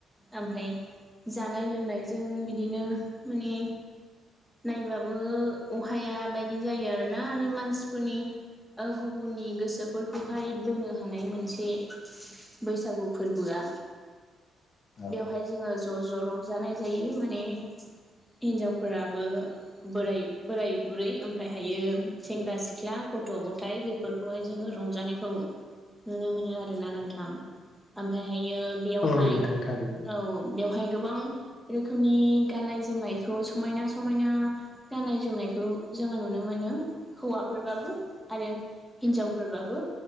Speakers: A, in the centre; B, on the left.
A: आमफ्राय जानाय लोंनायजों बिदिनो माने नायबाबो अहाया बायदि जायो आरोना रो मानसिफोरनि ओ गुबुननि गोसोफोरखौहाय बोनो हानाय मोन से बैसागु फोरबोआ।
B: औ
A: बेवहाय जोङो ज' ज' रंजानाय जायो माने हिनजावफोराबो बोराय बोराय बुरै ओमफ्रायहायो सेंग्रा सिख्ला गथ' गथायाइ बेफोरखौहाय जोङो रंजानायखौ नुनो मोनो आरोना नोंथां। आमफायहायो बेयावहाय
B: औ नोंथां
A: औ
B: थारैनो
A: बेवहाय गोबां रोखोमनि गाननाय जोमनायखौ समायना समायना गाननाय जोमनायखौ जोङो नुनो मोनो हौवाफोरबाबो आरो हिनजावफोरबाबो।